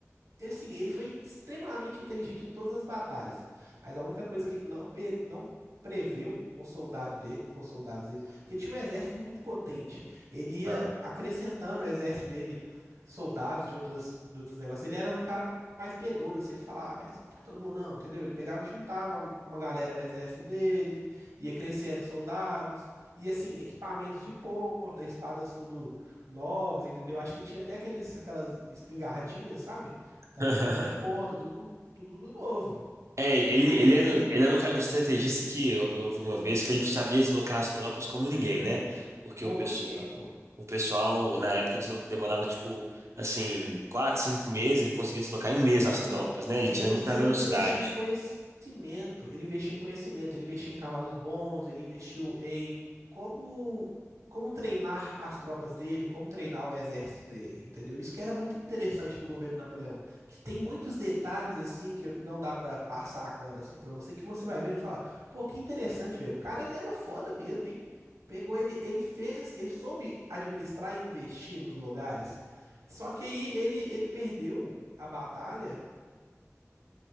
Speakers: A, on the right; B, on the right.
A: assim, ele foi extremamente inteligente em todas as batalhas, mas a única coisa que ele não, pe- não preveu com soldado dele, com os soldados dele, porque ele tinha um exército muito potente. Ele ia
B: Ah.
A: acrescentando o exército dele soldados de outras de outros negócios. Ele era um cara mais piedoso, assim, ele falava, "Ah, vai executar todo mundo não, entendeu? Ele pegava e juntava algu- uma galera no exército dele, ia crescendo soldados, e assim, equipamentos de ponta, espadas tudo novas, entendeu? Acho que tinha até aqueles aquelas espingardinhas, sabe?
B: <laughs>
A: Também tudo de ponta, tudo, tudo do novo.
B: É, ele,
A: E
B: ele,
A: aí,
B: era, ele era um, cara- um estrategista que eu, eu vi uma vez
A: es-
B: que ele sabia deslocar as tropas como ninguém, né? Porque
A: como
B: o pessoal,
A: ninguém, pô.
B: o pessoal na época deslo- demorava tipo assim quatro, cinco meses, ele conseguia deslocar em um mês as
A: Não,
B: tropas, né? Ele
A: e
B: tinha
A: ele,
B: muita
A: e ele
B: velocidade.
A: investiu em conhecimento, ele investiu em conhecimento, ele investiu em cavalos bons, ele investiu em como, como treinar as tropas dele, como treinar o exército dele, entendeu? Isso que era muito interessante do governo Napoleão, que tem muitos detalhes assim que não dá pra passar agora assim para você, que você vai vendo que fala, pô, que interessante, velho. O cara ele era foda mesmo, hein? Pegou ele, ele fez, ele soube administrar e investir nos lugares. Só que aí ele, ele perdeu a batalha